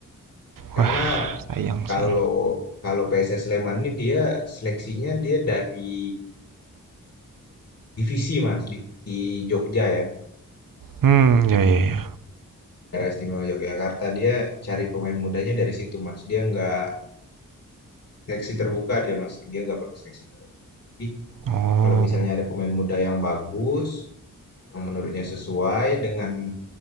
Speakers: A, on the left (about 50°); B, on the right (about 90°).
A: Karena
B: Wah, sayang
A: kalau
B: sih.
A: kalau PSS Sleman ini dia seleksinya dia dari divisi, Mas, divisi Jogja ya.
B: Hmm, ya ya ya.
A: Daerah Istimewa Yogyakarta dia cari pemain mudanya dari situ, Mas. Dia nggak Seleksi terbuka dia, Mas, dia nggak pakai seleksi terbuka. Jadi,
B: Oh,
A: kalau misalnya ada pemain muda yang bagus, yang menurutnya sesuai dengan